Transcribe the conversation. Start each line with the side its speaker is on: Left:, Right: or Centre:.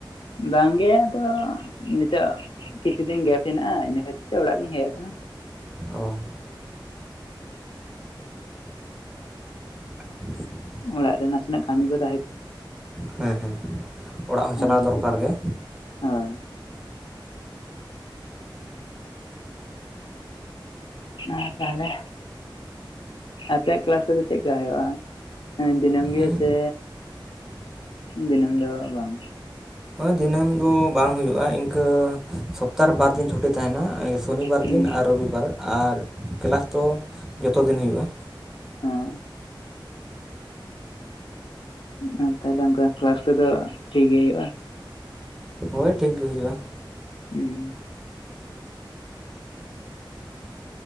Left: ᱵᱟᱝᱜᱮ ᱟᱫᱚ ᱱᱤᱛᱚᱜ ᱠᱤᱪᱷᱩ ᱫᱤᱱ ᱜᱮᱯ ᱦᱮᱱᱟᱜᱼᱟ ᱤᱱᱟᱹ ᱠᱷᱟᱹᱛᱤᱨ ᱛᱮ ᱚᱲᱟᱜ ᱞᱤᱧ ᱦᱮᱡ ᱟᱠᱟᱱᱟ᱾
Centre: ᱚ <inaudible>
Left: ᱚᱲᱟᱜ ᱨᱮ ᱱᱟᱥᱮᱱᱟᱜ ᱠᱟᱹᱢᱤ ᱜᱚᱛ
Centre: ᱦᱮᱸ ᱦᱮᱸ ᱚᱲᱟᱜ ᱦᱚᱸ ᱪᱟᱞᱟᱣ
Left: ᱚᱱᱟ ᱠᱷᱟᱹᱛᱤᱨ
Centre: ᱫᱚᱨᱠᱟᱨ ᱜᱮ
Left: ᱦᱳᱭ ᱟᱨ ᱛᱟᱦᱞᱮ, ᱟᱯᱮᱭᱟᱜ ᱠᱮᱞᱟᱥ ᱠᱚᱫᱚ ᱪᱮᱫᱞᱮᱠᱟ ᱦᱩᱭᱩᱜᱼᱟ? ᱦᱮᱸ ᱫᱤᱱᱟᱹᱢ ᱜᱮ
Centre: ᱦᱮᱸ
Left: ᱥᱮ ᱫᱤᱱᱟᱹᱢ ᱫᱚ ᱵᱟᱝ
Centre: ᱦᱳᱭ ᱫᱤᱱᱟᱹᱢ ᱫᱚ ᱵᱟᱝ ᱦᱩᱭᱩᱜᱼᱟ ᱤᱱᱠᱟᱹ ᱥᱚᱯᱛᱟᱨᱮ ᱵᱟᱨ ᱫᱤᱱ ᱪᱷᱩᱴᱤ ᱛᱟᱦᱮᱱᱟ ᱥᱚᱱᱤᱵᱟᱨ
Left: ᱦᱩᱸ
Centre: ᱫᱤᱱ ᱟᱨ ᱨᱚᱵᱤᱵᱟᱨ ᱟᱨ ᱠᱮᱞᱟᱥ ᱫᱚ ᱡᱚᱛᱚ ᱫᱤᱱ ᱦᱩᱭᱩᱜᱼᱟ
Left: ᱦᱚᱸ ᱟᱨ ᱛᱟᱦᱞᱮ ᱚᱱᱠᱟ ᱠᱟᱞᱟᱥ ᱠᱚᱫᱚ ᱴᱷᱤᱠᱜᱮ ᱦᱩᱭᱩᱜᱼᱟ
Centre: ᱦᱳᱭ ᱴᱷᱤᱠ ᱜᱮ ᱦᱩᱭᱩᱜᱼᱟ᱾
Left: ᱩᱸ